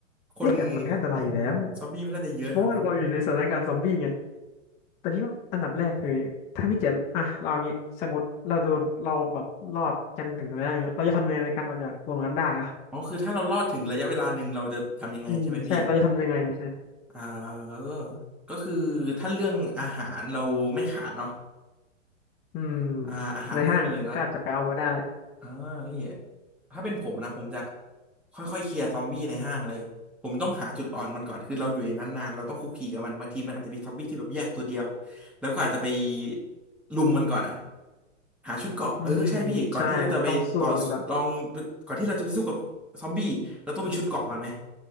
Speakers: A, in the centre; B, on the left.
A: คน
B: เอ๊ะแต่มันก็อันตรายอยู่แล้ว
A: อืมซอมบี้มันน่าจะเยอะแถวนั้น
B: เพราะว่าเราอยู่ในสถานการณ์ซอมบี้ไงแต่พี่ว่าอันดับแรกคือถ้าพี่จะอ่ะเราอย่างงี้สมมติเราโดนเราแบบรอดกันถึงระยะหนึงเราจะทำยังไงในการออกจากตรงนั้นได้อ่ะ
A: อ๋อคือถ้าเรารอดถึงระยะเวลาหนึ่งเราจะทำยังไงใช่ไหมพี่
B: อืมใช่เราจะทำยังไงใช่
A: อ่าเออก็คือถ้าเรื่องอาหารเราไม่ขาดเนาะ
B: อืม
A: อ่าอาหารน่าจะมีอยู่แล้ว
B: ในห้างอ่ะก็อาจจะไปเอามาได้
A: อ่าพี่ถ้าเป็นผมนะผมจะค่อยๆเคลียร์ซอมบี้ในห้างเลยผมต้องหาจุดอ่อนมันก่อนคือเราอยู่ในนั้นนานเราต้องคุกคีกับมันบางทีมันอาจจะมีซอมบี้ที่แบบแยกตัวเดียวแล้วก็อาจจะไปลุมมันก่อนอะหาชุดเกราะเออใช่พี่ก่อนที่เราจะไปต่อลอง
B: อืมใช่เราต้องสู้กับมันก่อน
A: ก่อนที่เราจะไปสู้กับซอมบี้เราต้องมีชุดเกราะก่อนไหม